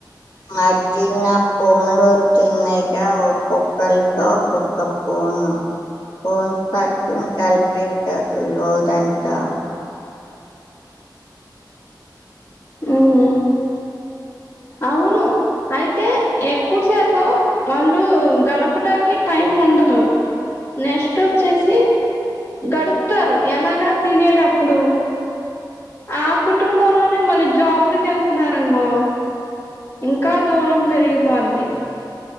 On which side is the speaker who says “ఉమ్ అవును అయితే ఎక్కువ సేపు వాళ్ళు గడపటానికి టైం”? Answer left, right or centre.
Left